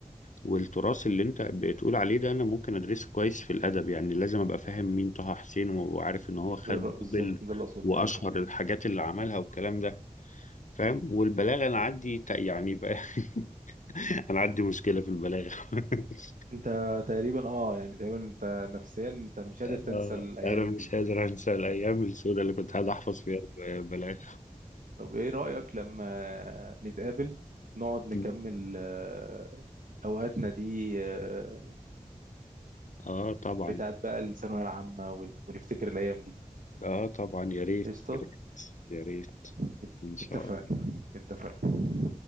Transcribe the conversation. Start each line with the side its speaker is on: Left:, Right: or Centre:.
Left: والتراث اللي انت بتقول عليه ده انا ممكن ادرسه كويس في الادب يعني لازم ابقى فاهم مين طه حسين وعارف ان هو خد
Right: بالر- بالظبط
Left: نوبل
Right: ده اللي اقصده
Left: واشهر
Right: فعلا
Left: الحاجات اللي عملها والكلام ده فاهم والبلاغه انا عندي ت- يعني بقى <laughs> انا عندي مشكله في البلاغه <laughs>
Right: انت تقريبا اه يعني تقريبا انت نفسيا انت مش قادر
Left: اه
Right: تنسى الايام
Left: انا مش
Right: دي
Left: قادر انسى الايام السوداء اللي كنت قاعد احفظ فيها البلاغه
Right: طب ايه رأيك لما نتقابل نقعد نكمل
Left: <laughs>
Right: آه، اوقاتنا دي آه،
Left: اه طبعا
Right: بتاعت بقى الثانوية العامة ون- ونفتكر الايام دي
Left: اه طبعا يا ريت
Right: قشطة
Left: يا ريت يا ريت
Right: ات-
Left: ان شاء
Right: اتفقنا
Left: الله
Right: اتفقنا